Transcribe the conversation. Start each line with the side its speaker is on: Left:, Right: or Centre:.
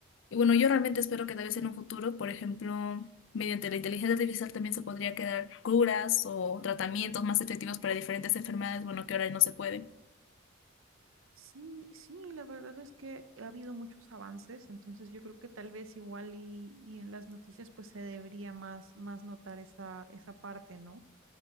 Left: Y bueno, yo realmente espero que tal vez en un futuro, por ejemplo, mediante la inteligencia artificial también se podría quedar curas o tratamientos más efectivos para diferentes enfermedades, bueno, que ahora no se pueden.
Right: Sí, sí, la verdad es que ha habido muchos avances, entonces yo creo que tal vez igual y, y en las noticias pues se debería más, más notar esa, esa parte, ¿no?